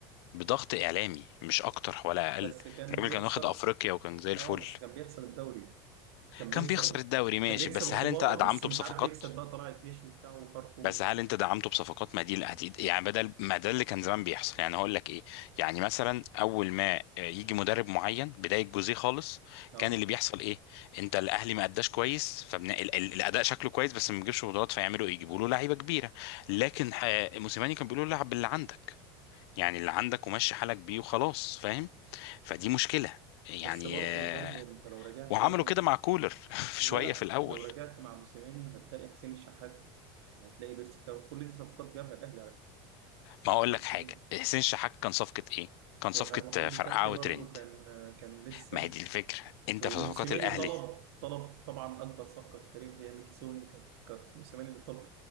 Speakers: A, on the left; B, on the right.
A: بضغط اعلامي مش اكتر ولا اقل
B: بس كان
A: الراجل
B: بيخسر
A: كان واخد افريقيا وكان زي الفل
B: اه بس كان بيخسر الدوري كان
A: كان
B: بيخسر
A: بيخسر الدوري ماشي
B: كان بيكسب
A: بس
B: الكبار
A: هل انت دعمته
B: بس مش
A: بصفقات
B: عارف يكسب بقى طلائع الجيش وبتاع وفاركو
A: بس هل انت دعمته بصفقات ما دي الأدي- يعني بدل ما ده اللي كان زمان بيحصل يعني هقول لك ايه يعني مثلا اول ما آه، يجي مدرب معين بدايه جوزيه خالص
B: اه
A: كان اللي بيحصل ايه انت الاهلي ما اداش كويس فبن... ال- ال- الاداء شكله كويس بس ما بيجيبش بطولات فيعملوا ايه يجيبوا له لعيبه كبيره لكن ح- موسيماني كان بيقول له لعب باللي عندك يعني اللي عندك ومشي حالك بيه وخلاص فاهم فدي مشكلة يعني
B: بس برضه
A: آه،
B: برضه انت لو رجعت
A: وعملوا
B: برضه
A: كده مع كولر <laughs> في
B: لا
A: شوية
B: لا
A: في الأول
B: لو رجعت مع موسيماني هتلاقي حسين الشحات وهتلاقي بيرسي تاو كل دي صفقات جابها الاهلي على فكره
A: ما أقول
B: موسيماني
A: لك حاجة حسين شحات كان صفقة إيه؟ كان صفقة
B: وح- وحمدي
A: آه، فرقعة
B: فتحي
A: وترند
B: برضه كان كان لسه
A: ما هي دي الفكرة أنت
B: وموسيماني
A: في صفقات الأهلي
B: طلب طلب طبعا اكبر صفقه في التاريخ هي ميكيسوني كانت كانت موسيماني اللي طلب